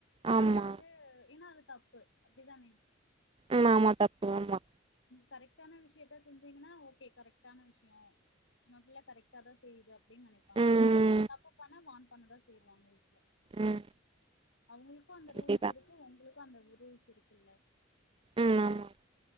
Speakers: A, on the right; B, on the left.
A: ஆமா
B: அது வந் து ஏன்னா அது தப்பு அப்படிதானே
A: ம் ஆமா தப்பு ஆமா
B: கரெக்டான விஷயத்த செஞ்சீங்கன்னா ஓகே கரெக்டான விஷயம் நம்ம பிள்ள கரெக்டா தா செய்யுது அப்டின்னு நெனைப்பாங்க
A: ம்
B: தப்பு பண்ணா வான் பண்ணதா செய்வாங்க வீட்ல
A: ம்
B: அவங்களுக்கு அந்த
A: கண்டிப்பா
B: ரூல்ஸ் இருக்கு ஒங்குளுக் கு அந்த ரூல்ஸ் இருக்குல்ல
A: ம் ஆமா